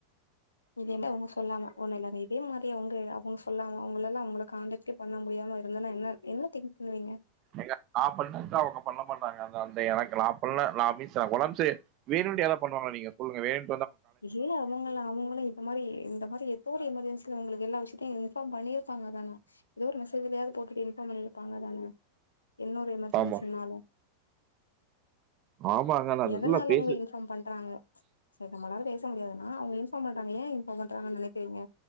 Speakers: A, on the left; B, on the right.
A: இதே மாரி அவ்ங்க சொல்லாம ஒண்ணு இல்ல இதே மாரி அவ்ங்க அவ்ங்க சொல்லாத அவ்ங்ளெல்லா உங்கள காண்டக்டே பண்ண முடியாம இருந்தானா என்ன என்ன திங்க் பண்ணுவீங்க
B: ஏங்க நா பண்ணத அவ்ங்க பண்ண மாட் எந்த அந்த எனக்கு <unintelligible> வேணுன்டே யாராது பண்ணுவாங்களா நீங்க சொல்லுங்க வேண்
A: இ ஏ அவ்ங்கல்லா அவ்ங்களு இந்த மாரி இந்த மாரி ஏதோ ஒரு எமர்ஜென்சி கு உங்ளுக்கு எல்லா விஷயத்தையும் இன்பார்ம் பண்ணிருப்பாங்க தான ஏதோ ஒரு மெசேஜ்லயது போட்டுட்டு இன்ஃபார்ம் பண்ணிருப்பாங்க தான என்ன ஒரு எமர்ஜென்சினாலு
B: ஆமா ஆமாங்க நா அதுக்குள்ள
A: எதனால
B: பேசு
A: அவ்ங்க இன்ஃபார்ம் பண்றாங்க சரி அவரால பேச முடியாதுனா அவுங்க இன்ஃபார்ம் பண்றாங்க ஏ இன்ஃபார்ம் பண்றாங்கனு நினைக்கிறீங்க